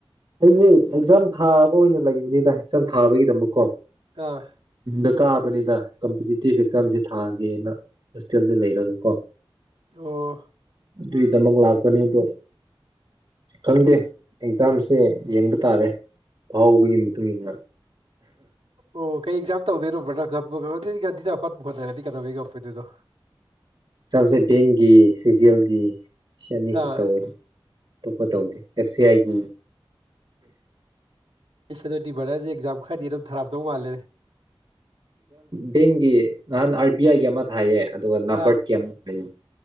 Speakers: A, on the right (about 50°); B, on the right (about 85°).
A: ꯑꯩꯕꯨ ꯑꯦꯛꯖꯥꯝ ꯊꯥꯕ ꯑꯣꯏꯅ ꯂꯩ ꯅꯨꯅꯤꯗ ꯍꯆꯝ ꯊꯥꯕꯒꯤꯗꯃꯛꯀꯣ
B: ꯑꯥ
A: ꯎ ꯀꯥꯕꯅꯤꯗ ꯀꯝꯄꯤꯇꯤꯇꯤꯞ ꯑꯦꯛꯖꯥꯝꯁꯦ ꯊꯥꯒꯦꯅ ꯍꯣꯁꯇꯦꯜꯗ ꯂꯩꯔꯒ ꯀꯣ
B: ꯑꯣ
A: ꯑꯗꯨꯒꯤꯗꯃꯛ ꯂꯥꯛꯄꯅꯤ ꯑꯗꯣ ꯈꯪꯗꯦ ꯑꯦꯛꯖꯥꯝꯁ ꯦ ꯌꯦꯡ ꯇꯥꯔꯦ ꯐꯥꯎꯕꯒꯤ ꯃꯇꯨꯡ ꯏꯟꯅ
B: ꯑꯣ ꯀꯩꯥꯏ ꯑꯦꯛꯖꯥꯝ ꯇꯧꯗꯔꯣ꯭ꯔꯒ ꯑꯗꯨꯗꯤꯗꯤꯗ ꯍꯈꯠꯄ ꯈꯣꯠꯅꯔꯗꯤ ꯀꯗꯧꯒꯤ ꯀꯝꯄꯩꯗꯨꯗꯣ
A: ꯆꯝꯁꯦ ꯕꯦꯡꯒꯤ ꯁꯤꯖꯦꯜꯒꯤ ꯁꯅꯤ ꯈꯠꯇ
B: ꯑꯥ
A: ꯑꯣꯏꯅꯤ ꯇꯧꯗꯦ ꯑꯦꯐ ꯁꯤ ꯑꯥꯏꯒꯤ ꯎꯝ
B: ꯑꯩ ꯁꯗꯗꯤ ꯕꯗꯔꯁꯦ ꯑꯦꯛꯖꯥꯝ ꯈꯔꯗꯤ ꯑꯗꯨꯝ ꯊꯔꯥꯞꯗꯧ ꯃꯥꯜꯂꯦ
A: ꯕꯦꯡꯒꯤ ꯅꯍꯥꯟ ꯑꯥꯔ ꯕꯤ ꯑꯥꯏꯒꯤ ꯑꯃ ꯊꯥꯏꯌꯦ ꯑꯗꯨꯒ ꯅꯥꯕꯔꯠꯀꯤ
B: ꯑꯥ
A: ꯑꯃ ꯍꯥꯏꯌꯦ